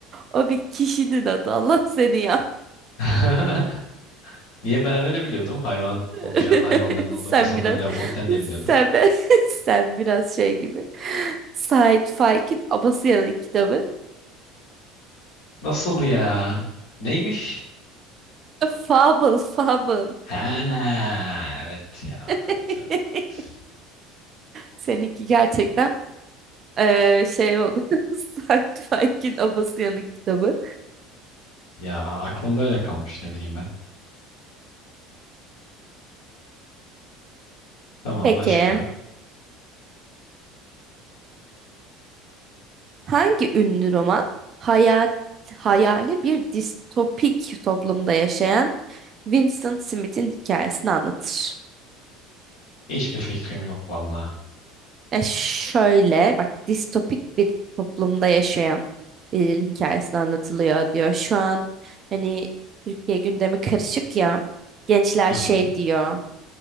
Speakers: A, on the right; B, on the left.
A: O bir kişinin adı. Allah seni ya.
B: <laughs> Niye ben öyle biliyordum? Hayvan
A: <laughs>
B: konuşan hayvanların olduğu
A: Sen
B: masalları
A: biraz
B: La Fontaine diye biliyordum.
A: sen, <laughs> sen biraz şey gibi. Sait Faik'in Abasıyalı kitabı.
B: Nasıl ya? Neymiş?
A: Fable, fable.
B: Ha, evet ya. Evet,
A: <laughs>
B: evet, evet.
A: Seninki gerçekten eee, şey oldu. <laughs> Sci-fi'nin abası yanık kitabı.
B: Ya aklımda öyle kalmış ne bileyim ben. Tamam
A: Peki
B: başka.
A: hangi ünlü roman hayal, hayali bir distopik toplumda yaşayan Winston Smith'in hikayesini anlatır?
B: Hiçbir fikrim yok valla.
A: E şöyle bak distopik bir toplumda yaşayan birinin hikayesini anlatılıyor diyor. Şu an hani Türkiye gündemi karışık ya gençler
B: Hı
A: şey
B: hı.
A: diyor.